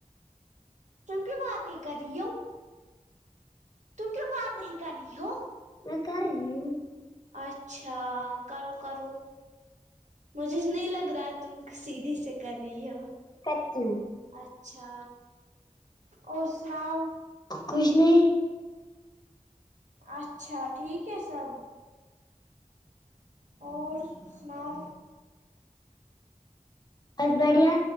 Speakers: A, on the right; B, on the left.
A: تم کیوں بات نہیں کر رہی ہو تم کیوں بات نہیں کر رہی ہو
B: میں کر رہی ہوں
A: اچھا کرو کرو مجھے نہیں لگ رہا ہے تم سیدھی سے کر رہی ہو
B: کرتی ہوں
A: اچھا اور سناؤ
B: کچھ نہیں
A: اچھا ٹھیک ہے سب اور سناؤ
B: اور بڑھیا